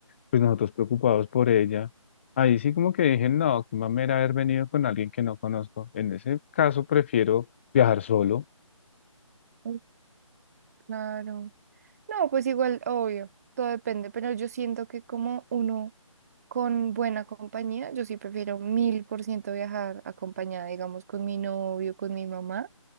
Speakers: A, on the left; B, on the right.
A: pues nosotros preocupados por ella. Ahí sí como que dije, no, qué mamera haber venido con alguien que no conozco. En ese caso prefiero viajar solo.
B: Mm, Claro. No, pues igual, obvio, todo depende, pero yo siento que como uno con buena compañía, yo sí prefiero mil por ciento viajar acompañada, digamos, con mi novio, con mi mamá.